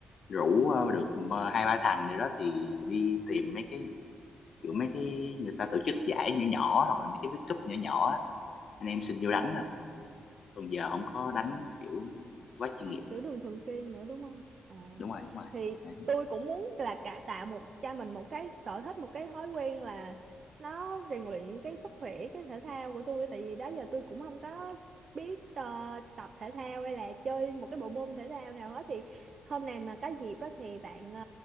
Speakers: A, on the left; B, on the right.
A: rủ ờ, được ờ, hai ba thằng này đó thì đi tìm mấy cái kiểu mấy cái người ta tổ chức giải nhỏ nhỏ hoặc là mấy cái big cup nhỏ nhỏ á, anh em xin vô đánh
B: ồ
A: còn giờ không có đánh
B: à
A: kiểu quá chuyên
B: không
A: nghiệp
B: kiểu
A: nữa
B: đường thường xuyên nữa đúng không ồ
A: đúng rồi đúng rồi
B: thì
A: Đấy.
B: tôi cũng muốn là cả tạo một cho mình một cái sở thích một cái thói quen là nó rèn luyện cái sức khỏe cái thể thao của tôi tại vì đó giờ tôi cũng không có biết ờ, tập thể thao hay là chơi một cái bộ môn thể thao nào hết thì hôm nào mà có dịp á thì bạn ờ,